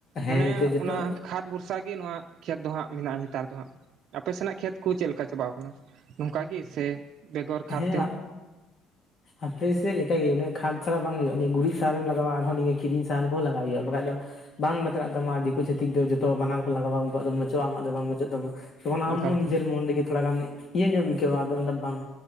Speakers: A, on the left (about 45°); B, on the right (about 60°).
A: ᱦᱮᱸ
B: ᱢᱟᱱᱮ
A: ᱮᱱᱛᱮᱫ ᱡᱚᱛᱚ
B: ᱚᱱᱟ ᱠᱷᱟᱫᱽ ᱵᱩᱨ ᱥᱟ ᱜᱮ ᱱᱚᱣᱟ ᱠᱷᱮᱛ ᱫᱚ ᱦᱟᱸᱜ ᱢᱮᱱᱟᱜ-ᱟ ᱱᱮᱛᱟᱨ ᱫᱚ ᱦᱟᱸᱜ ᱟᱯᱮ ᱥᱮᱱᱟᱜ ᱠᱷᱮᱛ ᱠᱚ ᱪᱮᱫ ᱞᱮᱠᱟ ᱪᱟᱵᱟᱣ ᱠᱟᱱᱟ? ᱱᱚᱝᱠᱟ ᱜᱮ ᱥᱮ ᱵᱮᱜᱚᱨ ᱠᱷᱟᱛ
A: ᱨᱮᱭᱟᱜ ᱟᱯᱮ ᱥᱮᱫ ᱞᱮᱠᱟᱜᱮ ᱩᱱᱟᱹᱜ ᱠᱷᱟᱫᱽ ᱪᱷᱟᱲᱟ ᱵᱟᱝ ᱦᱩᱭᱩᱜ-ᱟ ᱱᱤᱭᱟᱹ ᱜᱩᱨᱤᱡ ᱥᱟᱨᱮᱢ ᱞᱟᱜᱟᱣᱟ ᱟᱨᱦᱚᱸ ᱱᱤᱭᱟᱹ ᱠᱤᱨᱤᱧ ᱥᱟᱦᱟᱨ ᱠᱚᱦᱚᱸ ᱞᱟᱜᱟᱣ ᱦᱩᱭᱩᱜ-ᱟ ᱵᱟᱠᱷᱟᱡ ᱫᱚ ᱵᱟᱝ ᱵᱟᱛᱨᱟᱜ ᱛᱟᱢᱟ ᱫᱤᱠᱩ ᱪᱷᱟᱛᱤᱠ ᱫᱚ ᱡᱚ ᱛᱚ ᱵᱟᱱᱟᱨ ᱠᱚ ᱞᱟᱜᱟᱣᱟ ᱩᱱᱠᱩᱣᱟᱜ ᱫᱚ ᱢᱪᱚᱜᱼᱟ ᱟᱢᱟᱜ ᱫᱚ ᱵᱟᱝ ᱢᱚᱪᱚᱜ ᱛᱟᱢᱟ ᱛᱚ ᱟᱢ
B: ᱮᱠᱟᱞ
A: ᱦᱚᱸ ᱱᱤᱡᱮᱨ ᱢᱚᱱ ᱞᱟᱜᱤᱫ ᱛᱷᱚᱲᱟ ᱜᱟᱱ ᱤᱭᱟᱹ ᱧᱚᱜ ᱤᱠᱟᱹᱣᱟ ᱟᱫᱚ ᱢᱮᱱ ᱫᱟ ᱵᱟᱝ